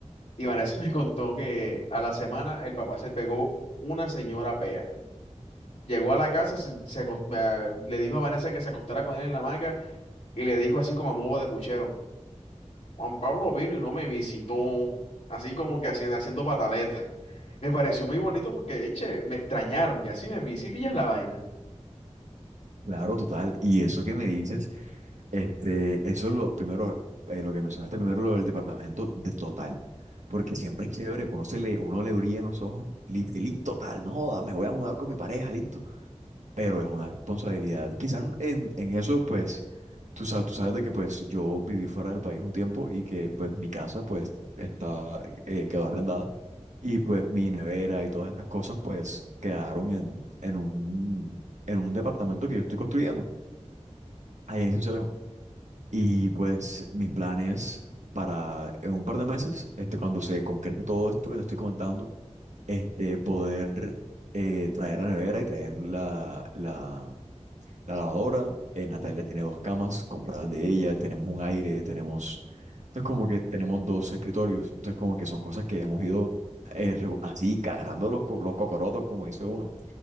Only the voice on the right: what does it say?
Claro, total. Y eso que me dices, este, eso es lo primero, eh, lo que mencionaste primero, lo del departamento de total. Porque siempre es chévere, que uno, se le, uno le brilla en los ojos, listo, total, no joda, me voy a mudar con mi pareja, listo. pero es una responsabilidad. Quizás en, en eso, pues, tú sabes, tú sabes de que pues yo viví fuera del país un tiempo y que pues mi casa pues está, eh, quedó arrendada y pues mi nevera y todas estas cosas pues quedaron en, en un, en un departamento que yo estoy construyendo allá en Sincelejo. Y pues mis planes para en un par de meses, este, cuando se concrete todo esto que te estoy comentando, este, poder eh, traer la nevera y traer la, la, la lavadora, eh, Natalia tiene dos camas compradas de ella, tenemos un aire, tenemos, entonces como que tenemos dos escritorios, entonces como que son cosas que hemos ido eh, regu- así, agarrando los, co- los cocorotos, como dice uno,